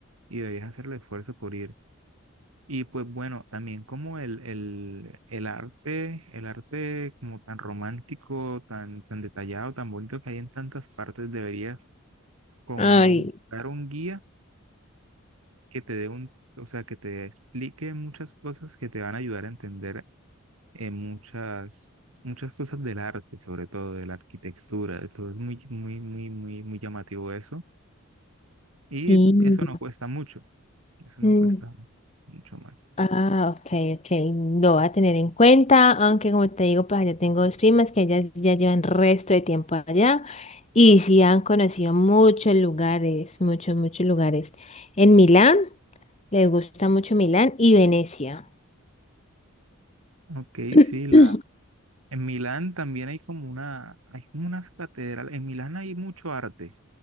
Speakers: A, on the right; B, on the left.
A: y debes hacer el esfuerzo por ir. Y pues bueno, también como el, el, el arte, el arte como tan romántico, tan, tan detallado, tan bonito que hay en tantas partes, deberías como
B: Ay,
A: buscar un guía que te dé un, o sea, que te explique muchas cosas que te van a ayudar a entender eh, muchas, muchas cosas del arte, sobre todo de la arquitectura. Entonces es muy, muy, muy, muy, muy llamativo eso. Y
B: sí.
A: eso no cuesta mucho. Eso no
B: Mm,
A: cuesta mucho más.
B: Ah, ok, ok. Lo voy a tener en cuenta, aunque como te digo, pues allá tengo dos primas que ellas ya llevan resto de tiempo allá y sí han conocido muchos lugares, muchos, muchos lugares. En Milán, les gusta mucho Milán y Venecia.
A: Ok,
B: <clears throat>
A: sí, la, en Milán también hay como una, hay como unas catedrales. En Milán hay mucho arte.